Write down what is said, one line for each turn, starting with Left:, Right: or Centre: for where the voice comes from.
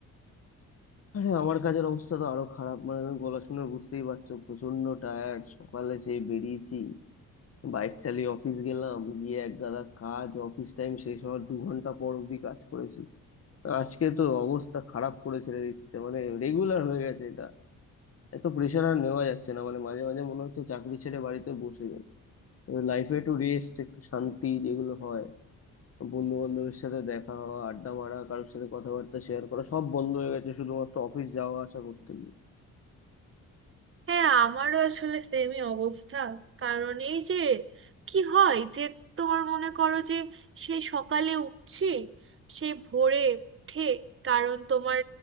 Left: হ্যাঁ আমার কাজের অবস্থা তো আরো খারাপ মানে গলা শুনে বুঝতেই পারছো প্রচন্ড টায়ার্ড সকালে সেই বেরিয়েছি বাইক চালিয়ে অফিস গেলাম গিয়ে এক গাদা কাজ অফিস টাইম শেষ হওয়ার দু ঘন্টা পর অবধি কাজ করেছি আজকে তো অবস্থা খারাপ করে ছেড়ে দিচ্ছে মানে রেগুলার হয়ে গেছে এটা এত প্রেশার আর নেওয়া যাচ্ছে না মানে মাঝে মাঝে মনে হচ্ছে চাকরি ছেড়ে বাড়িতে বসে যাই লাইফে একটু রেস্ট একটু শান্তি যেগুলো হয় বন্ধু বান্ধবের সাথে দেখা হওয়া আড্ডা মারা কারোর সাথে কথাবার্তা শেয়ার করা সব বন্ধ হয়ে গেছে শুধুমাত্র অফিস যাওয়া আসা করতে গিয়ে
Right: হ্যাঁ আমারও আসলে সেমই অবস্থা কারণ এই যে কি হয় যে তোমার মনে করো যে সেই সকালে উঠছি সেই ভোরে উঠে কারণ তোমার